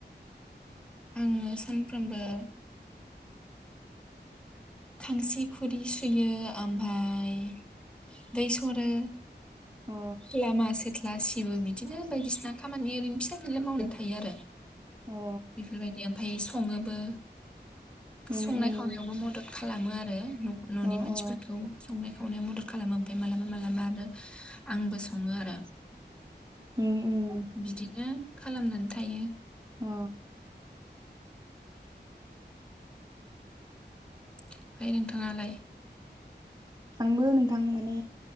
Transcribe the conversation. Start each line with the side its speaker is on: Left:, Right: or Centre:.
Centre: आङो सानफ्रोमबो खांसि खुरि सुयो ओमफाय दै सरो
Right: अ
Centre: लामासे सिथला सिबो बिदिनो बायदिसिना खामानि ओरैनो फिसा फिनला मावनानै थायो आरो
Right: अ
Centre: बेफोरबायदि ओमफाय सङोबो
Right: उम
Centre: संनाय
Right: उम
Centre: खावनायावबो मदद खालामो आरो न न'नि
Right: अ
Centre: मानसिफोरखौ
Right: अ
Centre: संनाय खावनायाव मदद खालामो ओमफाय मालाबा मालाबा आरो आंबो सङो आरो
Right: उम उम
Centre: बिदिनो खालामनानै थायो।
Right: अ
Centre: ओमफाय नोंथाङालाय।
Right: आंबो नोंथां माने